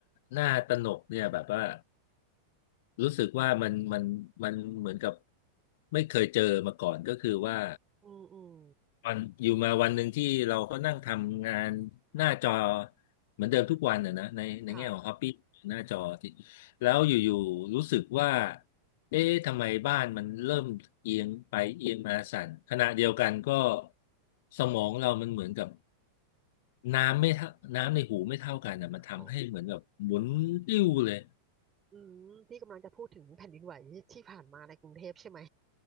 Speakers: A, on the left (about 50°); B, on the right (about 20°).
A: น่าตระหนกเนี่ยแบบว่ารู้สึกว่ามันมันมันเหมือนกับไม่เคยเจอมาก่อนก็คือว่า
B: อืมอืม
A: วันอยู่มาวันหนึ่งที่เราก็นั่งทำงานหน้าจอเหมือนเดิมทุกวันน่ะนะในในแง่ของฮอปปี้หน้าจอที่
B: ค่ะ
A: แล้วอยู่ๆรู้สึกว่าเอ๊ะทำไมบ้านมันเริ่มเอียงไปเอียงมาสั่นขณะเดียวกันก็สมองเรามันเหมือนกับน้ำไม่เท่าน้ำในหูไม่เท่ากันนะมันทำให้เหมือนกับหมุนติ้วเลย
B: อ๋ออืมพี่กำลังจะพูดถึงแผ่นดินไหวที่ผ่านมาในกรุงเทพใช่ไหม